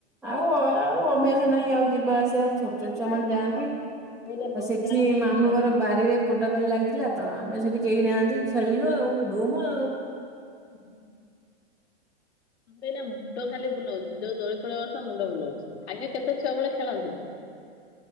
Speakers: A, in the centre; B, on the left.
A: ଆଉ ହ ଆଉ ଅଭ୍ୟାସ ନାହିଁ ଆଉ ଯିବା ଆସ ସିଆ ଛୋଟଛୋଟ
B: ଅଧା
A: ଛୁଆମାନେ
B: ନାଇଁ କଣ
A: ଯାଆନ୍ତି
B: ଦୋଳିରେ
A: ଆଉ
B: ବସିଲା
A: ସେଠି
B: ବେଳକୁ ଖାଲି
A: ମାମୁଁଘର
B: ମୁଣ୍ଡ ବୁଲଉଛି।
A: ବାରିରେ ପଟା ଦୋଳି ଲାଗିଥିଲା ତ। ଆମେ ସେଠି କେହି ନାହାନ୍ତି ଖେଳିଲୁ ଆଉ ଧୁମ୍ ଆଉ।
B: ଉ ହୁ ହୁ। ମତେ ଏଇନା ମୁଣ୍ଡ ଖାଲି ବୁଲଉଛି, ଯୋଉ ଦୋଳି ଫୋଳିରେ ବସିଲେ ମୁଣ୍ଡ ବୁଲଉଛି। ଆଗେ କେତେ ଛୁଆ ବେଳେ ଖେଳନ୍ତି।